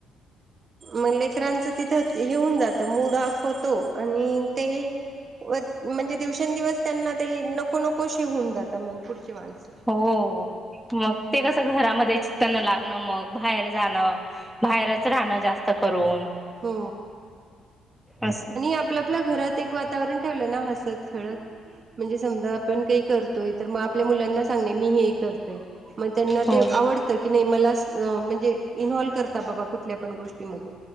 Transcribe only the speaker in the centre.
हो मग ते कस घरामध्ये चित्त न लागणं मग बाहेर जाणं बाहेरच राहणं जास्त करून
असं
हो